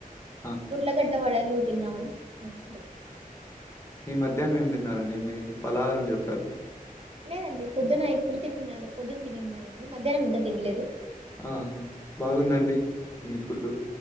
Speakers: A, on the left; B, on the right.
A: ఆ
B: ఉర్లగడ్డ వడలు తిన్నామండి తిన్నానండి.
A: మీ మధ్యాహ్నం ఏం తిన్నారంండి మీ పలహారుని చెప్పారు
B: లేదండి పొద్దున ఇప్పుడు తినిద పొద్దున్న తినిండేందేండి మధ్యాహ్నం ఇంకా తినలేదు
A: ఆ బాగుందండి మీ ఫుడ్